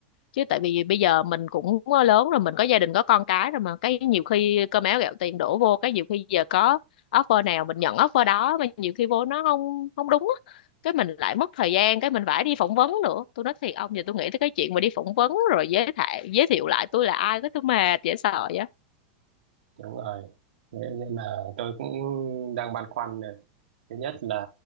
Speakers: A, on the left; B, on the right.
A: chứ tại vì bây giờ mình cũng ờ, lớn rồi mình có gia đình có con cái rồi mà cái nhiều khi cơm áo gạo tiền đổ vô cái nhiều khi giờ có offer nào mình nhận offer đó mà nhiều khi vô nó không không đúng á cái mình lại mất thời gian cái mình phải đi phỏng vấn nữa tôi nói thiệt ông giờ tôi nghĩ tới cái chuyện mà đi phỏng vấn rồi giới thiệu giới thiệu lại tôi là ai cái tôi mệt dễ sợ vậy
B: đúng rồi thế nên là tôi cũng đang băn khoăn này thứ nhất là